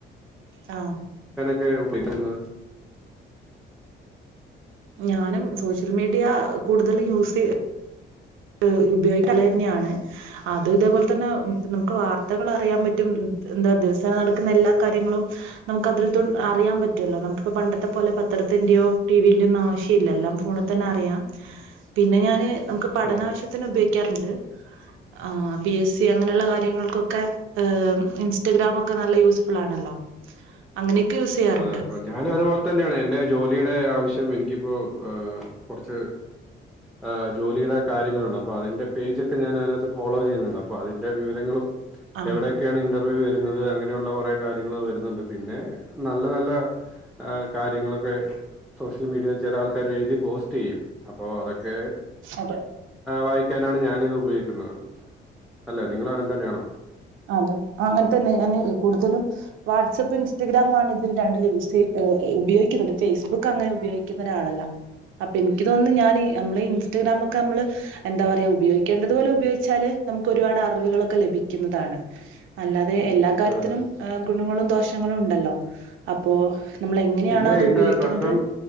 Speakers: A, on the right (about 85°); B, in the centre.
A: ആ
B: ഒക്കെ ഉപയോഗിക്കുന്നത്
A: ഞാനും സോഷ്യൽ മീഡിയ കൂടുതൽ യൂസ് ചെയ <unintelligible> ഉപയോഗിക്കല് തന്നെയാണ് അത് ഇതേപോലെ തന്നെ നമുക്ക് വാർത്തകൾ അറിയാൻ പറ്റും എന്താ ദിവസേന നടക്കുന്ന എല്ലാ കാര്യങ്ങളും നമുക്ക് അതിൽ അറിയാൻ പറ്റുമല്ലോ നമുക്കിപ്പോ പണ്ടത്തെ പോലെ പത്രത്തിന്റെയോ ടിവിന്റെയോ ഒന്നും ആവശ്യം ഇല്ല എല്ലാം ഫോണിൽ തന്നെ അറിയാം പിന്നെ ഞാാന് പഠനാവശ്യത്തിന്
B: ആ
A: ഉപയോഗിക്കാറ്ണ്ട് ആ പി എസ് സി അങ്ങനെയുള്ള കാര്യങ്ങൾക്കൊക്കെ, ഈഹ് ഇൻസ്റ്റാഗ്രാം ഒക്കെ നല്ല യൂസ്ഫുൾ ആണല്ലോ? അങ്ങനെയൊക്കെ യൂസ് ചെയ്യാറുണ്ട്
B: അതെ അപ്പൊ ഞാനും അതുപോലെ തന്നെയാണ്, എന്റെ ജോലിയും ടെ ആവശ്യം എനിക്കിപ്പോ ഈഹ് കൊറച്ച് ഈഹ് ജോലിയുടെ കാര്യങ്ങളുണ്ട്. അപ്പൊ അതിന്റെ പേജൊക്കെ ഞാൻ അതിനകത്ത് ഫോളോ ചെയ്യുന്നുണ്ട്. അപ്പൊ അതിന്റെ വിവരങ്ങളും
A: ആ
B: എവിടെയൊക്കെയാണ് ഇന്റർവ്യൂ വ ര്ന്നത് അങ്ങനെയുള്ള കൊറേ കാര്യങ്ങള് വര്ന്നുണ്ട്. പിന്നെ നല്ല നല്ല കാര്യങ്ങളൊക്കെ സോഷ്- <unintelligible> ചില ആൾകാർ എഴുതി പോസ്റ്റ്‌ ചെയ്യും. അപ്പൊ അതൊക്കെ
A: അതെ
B: വായിക്കാൻ തിനാണ് ഞാനിത് ഉപയോഗിക്കുന്നത്. അല്ല നിങ്ങൾ അങ്ങനെ തന്നെയാണോ?
A: അതെ. അങ്ങനെ തന്നെ ഞാന് കൂടുതലും വാട്സാപ്പ് ഇൻസ്റ്റഗ്രാമാണ് ഇതില് രണ്ടില് യൂസ് ഈഹ് ഉപയോഗിക്കുന്നത്. ഫേസ്ബുക്ക് അങ്ങനെ ഉപയോഗിക്കുന്ന ഒരാളല്ല. അപ്പൊ ഇനിക്ക് തോന്ന്ന്ന് ഞാന് നമ്മള് ഇൻസ്റ്റഗ്രാമൊക്കെ നമ്മള് എന്താ പറയാ ഉപയോഗിക്കേണ്ടതു പോലെ ഉപയോഗിച്ചാല് നമുക്ക് ഒരുപാട് അറിവുകളൊക്കെ ലഭിക്കുന്ന താണ്. അല്ലാ അതെ എല്ലാ കാര്യത്തിലും
B: അതെ.
A: ഈഹ് ഗുണങ്ങളും ദോഷ പ്രശ്നങ്ങളും ഉണ്ടല്ലോ? അപ്പോ നമ്മൾ എങ്ങനെയാണോ
B: പിന്നെ
A: അത്
B: എന്താ
A: ഉപയോഗിക്കുന്നത്
B: പ്രശ്നം,